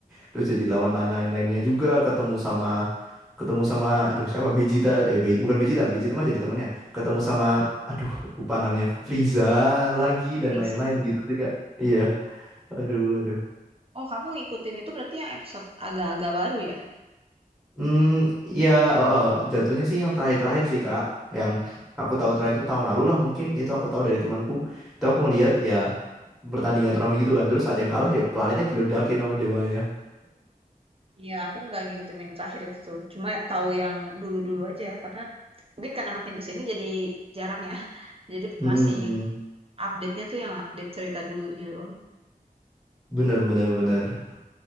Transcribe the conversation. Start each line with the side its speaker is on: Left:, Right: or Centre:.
Centre: terus jadi lawan lain-lainnya lain juga ketemu sama ketemu sama aduh siapa Vegeta eh Be- bukan Vegeta Vegeta mah jadi temannya ketemu sama aduh lupa namanya Frieza lagi dan
Right: Freezer.
Centre: lain-lain gitu sih Kak iya aduh aduh
Right: Oh, kamu ngikutin itu berarti yang episode agak-agak baru ya?
Centre: hmm ya oh, oh, jatuhnya sih yang terakhir-terakhir sih Kak yang aku tahu terakhir itu tahun lalu lah mungkin itu aku tahu dari temanku itu aku ngeliat ya pertandingan turnamen gitu kan terus ada yang kalah ya planetnya diledakin sama dewanya
Right: Iya, aku nggak ngikutin yang terakhir itu tuh. Cuma tahu yang dulu-dulu aja karena mungkin karena makin kesini jadi jarang ya. <laughs> Jadi
Centre: Mm, mm,
Right: masih
Centre: mm.
Right: update-nya tuh yang update cerita dulunya doang.
Centre: bener bener bener